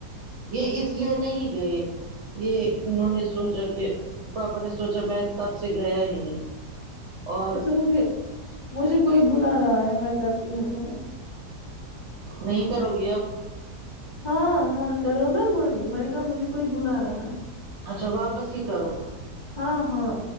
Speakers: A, on the right; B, on the left.
A: یہ اس لیے نہیں گئے یہ انہوں نے سوچا کہ پاپا نے سوچا میں تب سے گیا ہی نہیں اور
B: اچھا مجھے مجھے کوئی بلا رہا ہے میں کرتی ہوں کال
A: نہیں کرو گی اب
B: ہاں ہاں کرو نا میں نے کہا مجھے کوئی بلا رہا ہے
A: اچھا واپس ہی کرو
B: ہاں ہاں